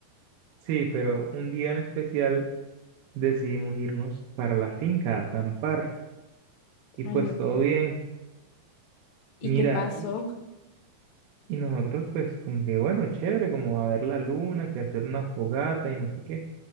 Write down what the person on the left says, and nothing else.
Ay,
no
sé.
¿Y
qué pasó?